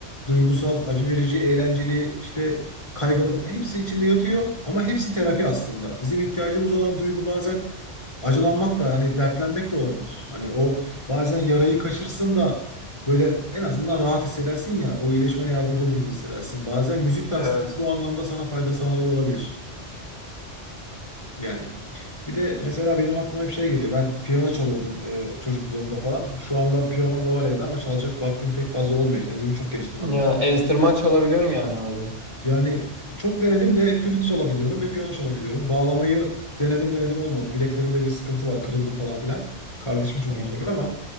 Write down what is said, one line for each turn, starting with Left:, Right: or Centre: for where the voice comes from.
Left: duygusal, acı verici, eğlenceli, işte kaygılı hepsi içinde yatıyor ama hepsi terapi aslında. Bizim ihtiyacımız olan duygu bazen acılanmak da hani dertlenmek de olabilir. Hani o bazen yarayı kaşırsın da böyle en azından rahat hissedersin ya o iyileşmene yardımcı olur gibi hissedersin. Bazen müzik de
Right: Evet.
Left: aslında bu anlamda sana fayda sağlıyor olabilir. Yani. Bir de mesela benim aklıma hep şey geliyor. Ben piyano çalıyordum e, çocukluğumda falan. Şu anda piyanom da var evde ama çalacak vaktim pek fazla olmuyor. Kendimi çok geliştirmem
Right: Ya
Left: lazım.
Right: enstrüman çalabiliyorsun yani abi.
Left: Yani çok denedim de flüt çalabiliyorum ve piyano çalabiliyorum. Bağlamayı denedim denedim olmadı. Bileklerimde bir sıkıntı var, kırıldı falan filan. Kardeşim çok
Right: Evet.
Left: iyi çalar ama